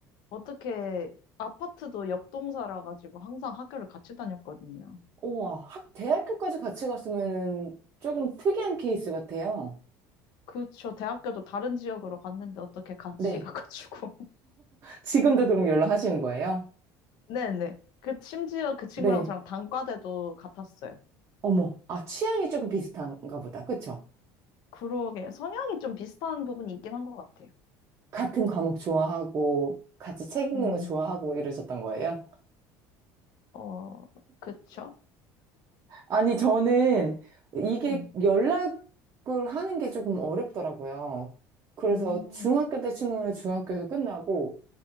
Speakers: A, on the left; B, on the right.
A: 어떻게 아파트도 옆 동사라 가지고 항상 학교를 같이 다녔거든요.
B: 우와. 학, 대학교까지 같이 갔으면은 조금 특이한 케이스 같아요.
A: 그쵸. 대학교도 다른 지역으로 갔는데 어떻게 같이
B: 네.
A: <laughs> 가가지고.
B: 지금도 그럼 연락하시는 거예요?
A: 네네. 그, 심지어 그 친구랑
B: 네.
A: 저랑 단과대도 같았어요.
B: 어머. 아, 취향이 조금 비슷한가 보다. 그쵸?
A: 그러게. 성향이 좀 비슷한 부분이 있긴 한 것 같아요.
B: 같은 과목 좋아하고, 같이 책 읽는
A: 음,
B: 거 좋아하고 이러셨던 거예요?
A: 어, 그쵸?
B: 아니, 저는 이게
A: 네.
B: 연락을 하는 게 조금 어렵더라고요. 그래서
A: 음,
B: 중학교 때 친구는 중학교에서 끝나고,